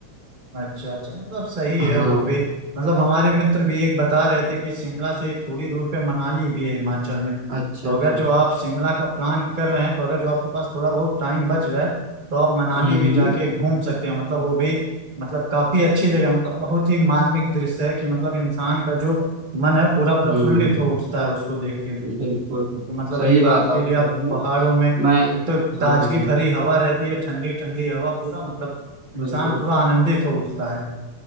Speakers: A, on the right (about 30°); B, on the right (about 85°).
A: अच्छा अच्छा मतलब सही
B: था
A: है
B: हाँ
A: वो भी मतलब हमारे मित्र भी एक बता रहे थे कि शिमला से ही थोड़ी दूर पे मनाली भी है हिमाचल में
B: अच्छा
A: तो
B: अच्छा
A: अगर जो आप शिमला का प्लान कर रहे हैं तो अगर जो आपके पास थोड़ा बहुत टाइम बच जाए तो आप मनाली
B: हम्म
A: भी
B: हम्म
A: जाके घूम सकते हैं मतलब वो भी मतलब काफी अच्छी जगह है मतलब बहुत ही मार्मिक दृश्य है कि मतलब इंसान का जो मन है पूरा प्रफुल्लित
B: हम्म,
A: हो उठता है उसको देख के
B: बिल्कुल
A: तो मतलब
B: सही
A: एक बार
B: बात आप
A: के लिए आप
B: कह रहे हो
A: पहाड़ों में एक
B: मैं
A: तो ताजगी
B: हाँ हाँ हाँ,
A: भरी हवा रहती है ठंडी ठंडी हवा पूरा मतलब इंसान
B: बिल्कुल
A: पूरा आनंदित हो उठता है